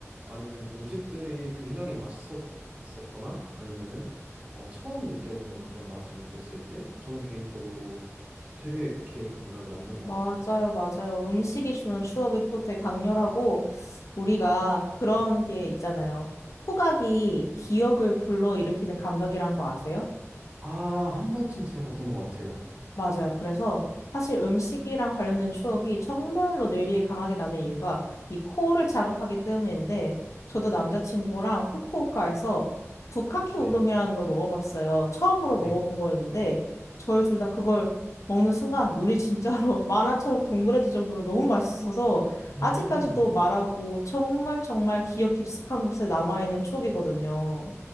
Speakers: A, on the right; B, on the left.
A: 아니면 음식들이 굉장히 맛있었거나 아니면은 어, 처음 느껴보는 그런 맛을 느꼈을 때 저는 개인적으로 되게 기억에 강렬하게 남는 것
B: 맞아요,
A: 같아요.
B: 맞아요. 음식이 주는 추억이 또 되게 강렬하고 우리가 그런 게 있잖아요. 후각이 기억을 불러일으키는 감각이란 거 아세요?
A: 아, 한 번쯤 들어봤던 것 같아요.
B: 맞아요. 그래서 사실 음식이랑 관련된 추억이 정말로 뇌리에 강하게 남는 이유가 이 코를 자극하기 때문인데 저도 남자친구랑 후쿠오카에서 부카케 우동이라는
A: 네.
B: 걸 먹어봤어요. 처음으로 먹어본
A: 네.
B: 거였는데 저희 둘 다 그걸 먹는 순간 눈이 진짜로 <laughs> 만화처럼 동그래질 정도로 너무 맛있어서
A: 음,
B: 아직까지도 말하고 정말 정말 기억 깊숙한 곳에 남아있는 추억이거든요.